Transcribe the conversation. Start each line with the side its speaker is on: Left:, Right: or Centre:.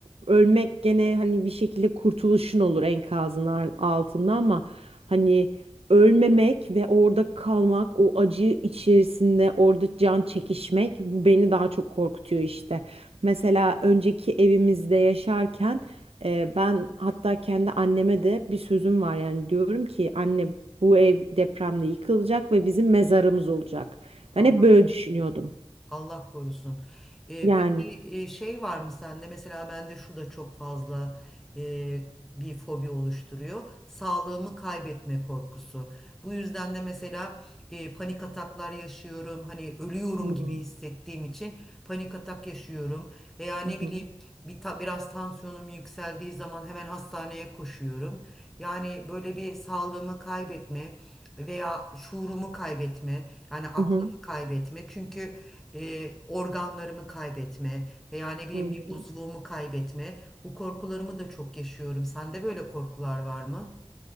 Right: ölmek gene hani bir şekilde kurtuluşun olur enkazın ar- altında ama hani ölmemek ve orada kalmak o acı içerisinde orada can çekişmek bu beni daha çok korkutuyor işte. Mesela önceki evimizde yaşarken e, ben hatta kendi anneme de bir sözüm var yani diyorum ki anne bu ev depremde yıkılacak ve bizim mezarımız olacak.
Centre: Allah
Right: Ben hep böyle düşünüyordum
Centre: Allah korusun. Ee,
Right: yani.
Centre: peki e, şey var mı sende? Mesela bende şu da çok fazla e, bir fobi oluşturuyor. Sağlığımı kaybetme korkusu. Bu yüzden de mesela e, panik ataklar yaşıyorum. Hani ölüyorum
Right: Hmm.
Centre: gibi hissettiğim için panik atak yaşıyorum. Veya ne
Right: Hı
Centre: bileyim
Right: hı.
Centre: bir ta- biraz tansiyonum yükseldiği zaman hemen hastaneye koşuyorum. Yani böyle bir sağlığımı kaybetme veya şuurumu kaybetme, yani aklımı
Right: Hı hı.
Centre: kaybetme. Çünkü e, organlarımı kaybetme veya ne bileyim
Right: Hmm.
Centre: bir uzvumu kaybetme. Bu korkularımı da çok yaşıyorum. Sende böyle korkular var mı?